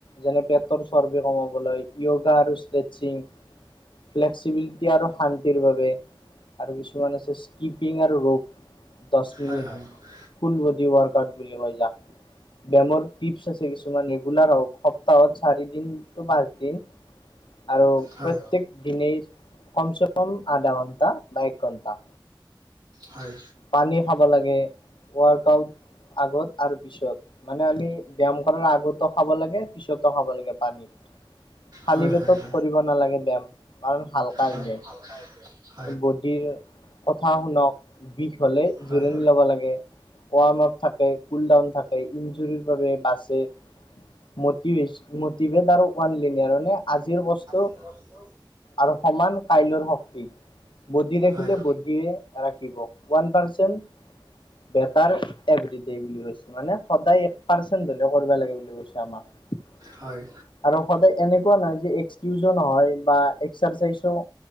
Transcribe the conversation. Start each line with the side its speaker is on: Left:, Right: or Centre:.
Left: যেনে পেটৰ চৰ্বি কমাবলৈ য়োগা আৰু ষ্ট্ৰেচিং। ফ্লেক্সিবিলিটি আৰু শান্তিৰ বাবে। আৰু কিছুমান আছে স্কিপিং আৰু ৰোপ দছ মিনিট।
Right: হয়, হয়, হয়, হয়।
Left: ফুল বড ৱৰ্কউট বুলি কয় যাক ব্যায়ামৰ। টপ আছে কিছুমান ৰেগুলাৰ হওক সপ্তাহত চাৰি দিন টো পাঁচ দিন। আৰু
Right: হয়, হয়,
Left: প্ৰত্যেক
Right: হয়,
Left: দিনেই কম চে কম আধা ঘন্টা বা এক ঘণ্টা।
Right: হয়।
Left: পানী খাব লাগে ৱৰ্ক আউট আগত আৰু পিছত। মানে আমি ব্যায়াম কৰাৰ আগতো খাব লাগে পিছতো খাব লাগে পানী। খালী
Right: হয়,
Left: পেটত কৰিবব নালাগে ব ব্যায়াম কাৰণ হালকা
Right: হয়।
Left: হৈ যায়।
Right: হয়,
Left: বডিৰ কথা শুনক বিষ হলে
Right: হয়।
Left: জিৰণি লব লাগে। ৱাৰ্ম আপ থাকে কুল ডাউন থাকে ইঞ্জুৰ বাবে বাছে। মতিভেছ মতিভেট আৰু ৱানলিনিয়াৰ মানে আজিৰ কষ্ট।
Right: হয়। হয়।
Left: আৰু সমান কাইলৰ শক্তি বডি ৰাখিলে
Right: হয়।
Left: বডিয়ে। ৰাখিব ওৱান পাৰ্চেণ্ট। বেটাৰ অভ্ৰিডে বুলি কৈছে মানে সদায় এক পাৰ্চেন্ট হলেও কৰিব লাগে বুলি কৈছে আমাক। <inaudible>
Right: হয়
Left: আৰু সদায় এনেকুৱা নহয় যে এক্সকিজ নহয় বা এক্সাৰচাইজো।